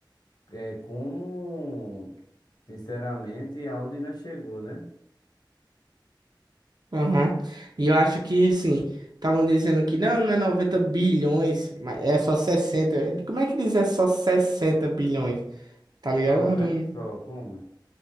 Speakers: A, on the left; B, on the right.
A: é como, sinceramente, aonde nós chegou, né?
B: Aham. E eu acho que, sim, estavam dizendo que não, não é 90 bilhões, mas é só sessenta Como é que diz é só 60 bilhões? Tá ligado?
A: Só,
B: Eu
A: né?
B: não-
A: Só, como?